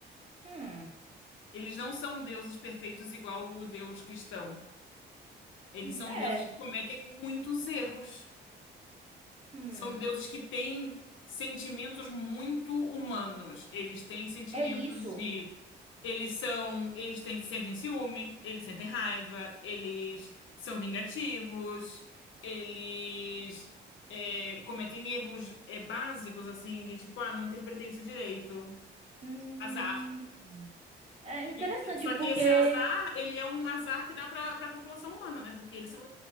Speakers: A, on the right; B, on the left.
A: Hum,
B: Eles não são deuses perfeitos igual o deus cristão. Eles
A: hum,
B: são
A: é,
B: deuses que cometem muitos erros.
A: hum,
B: São deuses que têm sentimentos muito humanos. Eles têm sentimentos
A: é isso.
B: de Eles são, eles têm- sentem ciúme, eles sentem raiva, eles são vingativos, eles é, cometem erros é, básicos, assim, de tipo, ah, não interpretei isso direito,
A: Hum,
B: azar.
A: é
B: E-
A: interessante
B: só
A: porque
B: que esse azar, ele é um azar que dá para a população humana, né? Porque eles são,